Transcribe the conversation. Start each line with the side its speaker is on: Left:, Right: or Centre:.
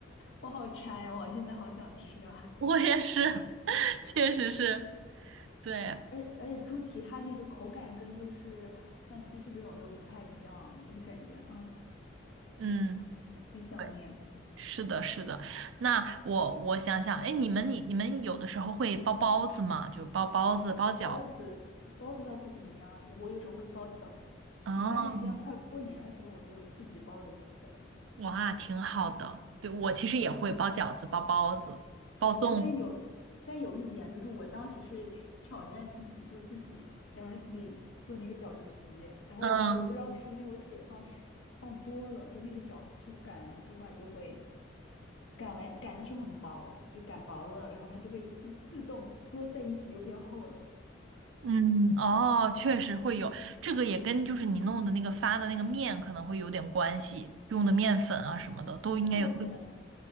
Left: 我好馋呀、我现在好想吃啊！
Right: 我也是，<laughs> 确实是，对，
Left: <laughs> 而且而且猪蹄它那个口感跟就是像鸡翅这种都不太一样，我就感觉啊
Right: 嗯，
Left: 很想念。
Right: 对，是的，是的。那我我想想，哎，你们你你们有的时候会包包子吗？就包包子、包饺子。
Left: 包子包子倒不怎么样，我我有时候会包饺子。
Right: 哦，
Left: 前段时间快过年的时候，我就自己包了一次饺子。
Right: 哇，挺好的。对，我其实也会包饺子、包包子、包粽子。
Left: 对，但是有，但有一点啊就是我当时是挑战自己，就是自己当时自己做那个饺子皮，然后我不知道是因为我水放是放多了，
Right: 嗯
Left: 就那个饺子皮擀完之后它就会擀完擀的时候很薄，就擀薄了，然后它就会自自动缩在一起又变厚了。
Right: 嗯，哦，确实会有，这个也跟就是你弄的那个发的那个面可能会有点关系，用的面粉啊什么的都应该有。
Left: 但我选的